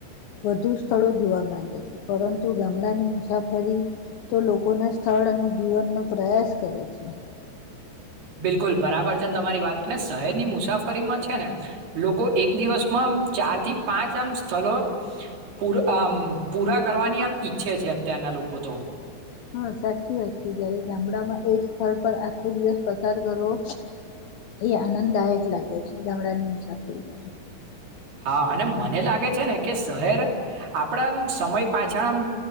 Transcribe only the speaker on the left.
વધુ સ્થળો જોવા માંગે છે પરંતુ ગામડાની મુસાફરી તો લોકોને સ્થળ અને જીવનનો પ્રયાસ કરે છે.
હા સાચી વાત છે જયારે ગામડામાં એક સ્થળ પર આખો દિવસ પસાર કરવો એ આનંદદાયક લાગે છે ગામડાની મુસાફરીમાં તો.